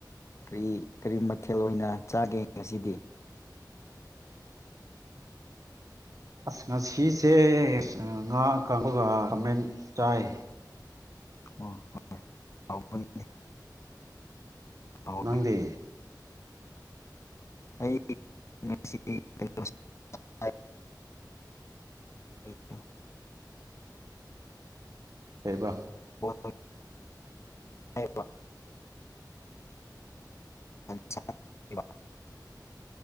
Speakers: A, on the left; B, on the right.
A: ꯀꯔꯤ ꯀꯔꯤ ꯃꯊꯦꯜ ꯑꯣꯏꯅ ꯆꯥꯒꯦ ꯉꯁꯤꯗꯤ
B: ꯑꯁ ꯉꯁꯤꯁꯦ ꯉꯥ ꯑꯀꯪꯕꯒ ꯈꯥꯃꯦꯟ ꯆꯥꯏ
A: ꯑꯣ ꯍꯥꯎꯕꯅꯤꯅꯦ ꯍꯥꯎꯋꯦ
B: ꯅꯪꯗꯤ
A: ꯑꯩ ꯉꯁꯤ <unintelligible> ꯑꯩ <unintelligible>
B: ꯀꯩꯕ
A: ꯕꯣꯜ
B: <inaudible>
A: ꯍꯥꯏꯕ <unintelligible>